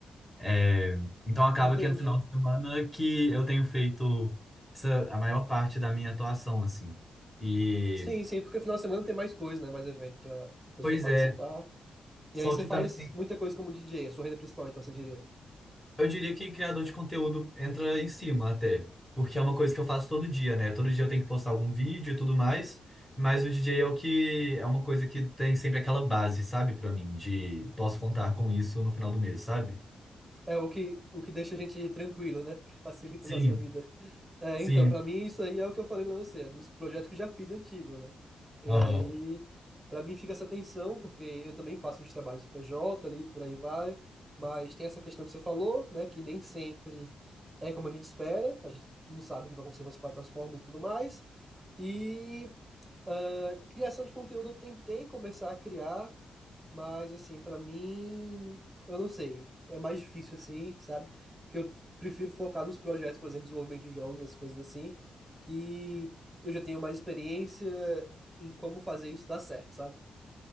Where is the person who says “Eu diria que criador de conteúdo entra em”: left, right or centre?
Centre